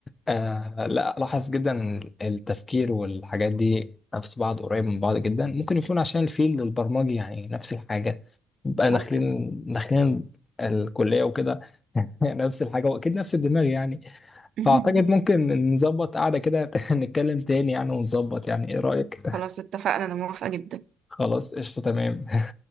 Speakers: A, on the left (about 25°); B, on the right (about 60°).
A: آه لا لاحظ جدا التفكير والحاجات دي نفس بعض قريب من بعض جدا ممكن يكون عشان الفيلد البرمجي يعني نفس الحاجة بقى
B: ممكن
A: داخلين داخلين الكلية وكده <laughs> نفس الحاجة وأكيد نفس الدماغ يعني
B: <laughs>
A: فأعتقد ممكن نظبط قعدة كده <laughs> نتكلم تاني يعني ونظبط يعني إيه رأيك؟
B: خلاص اتفقنا انا موافقه جدا
A: خلاص قشطة تمام